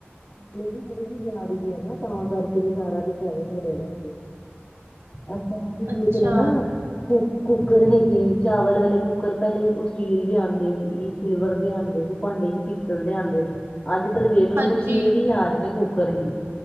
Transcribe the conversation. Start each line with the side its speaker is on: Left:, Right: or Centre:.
Left: ਵੀ ਯਾਦ ਵੀ ਹੈ ਨਾ ਤਾਂ ਕਰਕੇ ਵੀ ਸਾਰਾ ਕੁਛ ਐਵੇਂ ਹੋ ਰਿਹਾ ਵਸ ਅਜ ਕੱਲ ਉਹ ਵੀ
Right: ਅੱਛਾ
Left: ਦੇਖ ਲੇ ਨਾ
Right: ਜੀ
Left: ਕੁ ਕੁੱਕਰ ਨੇ ਕੀ ਚਾਵਲ ਵਾਲੇ ਕੁੱਕਰ ਪਹਿਲੇ ਸਟੀਲ ਦੇ ਆਦੇ ਸੀ ਸਿਲਵਰ ਦੇ ਆਦੇ ਸੀ ਭਾਂਡੇ ਵਿੱਚ ਪੀਤਲ ਦੇ ਆਦੇ ਸੀ ਅੱਜ ਕੱਲ ਵੇਖ ਲੋ
Right: ਹਾਂਜੀ
Left: ਮਸ਼ੀਨਰੀ ਆ ਰਹੇ ਨੇ ਕੁੂੱਕਰ ਵੀ।